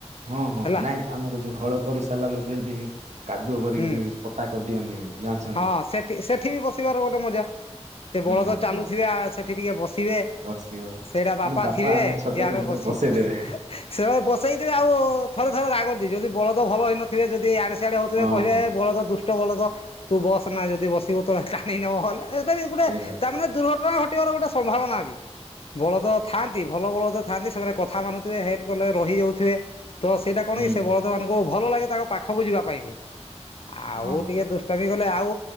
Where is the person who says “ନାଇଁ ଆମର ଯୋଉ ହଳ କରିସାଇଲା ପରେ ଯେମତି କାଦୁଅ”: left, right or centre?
Right